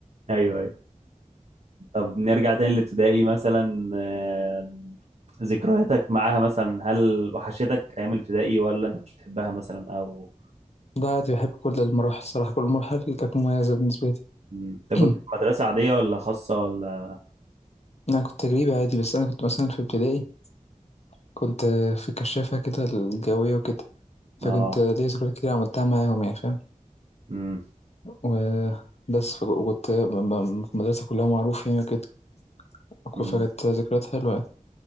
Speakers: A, on the right; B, on the left.
A: ايوه ايوه طب نرجع تاني لابتدائي مثلا آه، ذكرياتك معاها مثلا هل وحشتك ايام الابتدائي ولا انت كنتش بتحبها مثلا او
B: لا عادي بحب كل المراحل الصراحة كل المراحل اللي كانت مميزة بالنسبة
A: مم. انت
B: لي
A: كنت في
B: <clears throat>
A: مدرسة عادية ولا خاصة ولا
B: أنا كنت تجريبي عادي بس أنا كنت مثلا في ابتدائي كنت آه، في الكشافة كده الجوية وكده
A: اه
B: فكنت آه، ليا ذكريات كتير عملتها معاهم يعني فاهم
A: امم
B: وبس فك- وكنت آه، م- م- في المدرسة كلها معروف يعني وكده وك-
A: امم
B: فكانت ذكريات حلوة يعني